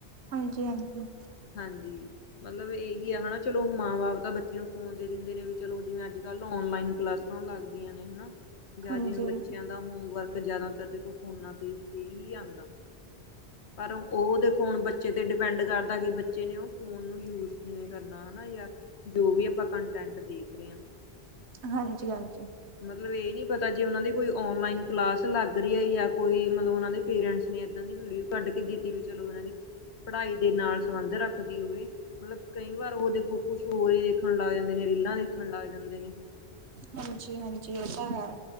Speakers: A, on the right (about 75°); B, on the left (about 75°).
A: ਹਾਂਜੀ ਹਾਂਜੀ
B: ਹਾਂਜੀ ਮਤਲਬ ਇਹੀ ਹੈ ਹਨਾ, ਚਲੋ ਮਾਂ ਬਾਪ ਤਾਂ ਬੱਚੇ ਨੂੰ ਫੋਨ ਦੇ ਦਿੰਦੇ ਨੇ ਵੀ ਚਲੋ, ਜਿਵੇਂ ਅੱਜ-ਕੱਲ੍ਹ ਔਨਲਾਈਨ ਕਲਾਸ ਲੱਗਦੀਆਂ ਨੇ ਹਨਾ ਜਾਂ
A: ਹਾਂਜੀ।
B: ਜਿਵੇਂ ਬੱਚਿਆਂ ਦਾ ਹੋਮਵਰਕ ਜ਼ਿਆਦਾਤਰ ਦੇਖੋ, ਫੋਨਾਂ ਤੇ ਉੱਤੇ ਹੀ ਆਉਂਦਾ। ਪਰ ਉਹ ਦੇਖੋ, ਬੱਚੇ ਤੇ ਡਿਪੈਂਡ ਕਰ ਤਾਕਿ ਬੱਚੇ ਨੇ ਉਹ ਫੋਨ ਨੂੰ ਯੂਜ ਕਿਵੇਂ ਕਰਨਾ ਹਨਾ, ਜਾਂ ਜੋ ਵੀ ਆਪਾਂ ਕੰਟੈਂਟ ਦੇਖ ਰਹੇ ਹਾਂ। <unintelligible>
A: ਹਾਂਜੀ, ਹਾਂਜੀ।
B: ਮਤਲਬ ਇਹ ਨੀ ਪਤਾ ਜੇ ਉਹਨਾਂ ਦੀ ਕੋਈ ਔਨਲਾਈਨ ਕਲਾਸ ਲੱਗ ਰਹੀ ਹੈ, ਜਾਂ ਕੋਈ ਮਤਲਬ ਉਹ ਦੇ ਪੇਰੈਂਟਸ ਨੇ ਏਦਾਂ ਦੀ ਵੀਡੀਓ ਕੱਢ ਕੇ ਦਿੱਤੀ ਵੀ ਚਲੋ, ਉਹਨਾਂ ਦੀ ਪੜ੍ਹਾਈ ਦੇ ਨਾਲ ਸੰਬੰਧ ਰੱਖਦੀ ਹੋਵੇ। ਮਤਲਬ ਕਈ ਵਾਰ ਉਹ ਦੇਖੋ ਕੁਛ ਹੋਰ ਹੀ ਦੇਖਣ ਲੱਗ ਜਾਂਦੇ ਨੇ ਰੀਲਾਂ ਦੇਖਣ ਲੱਗ ਜਾਂਦੇ ਨੇ
A: ਹਾਂਜੀ ਹਾਂਜੀ ਇਹ ਤਾਂ ਹੈ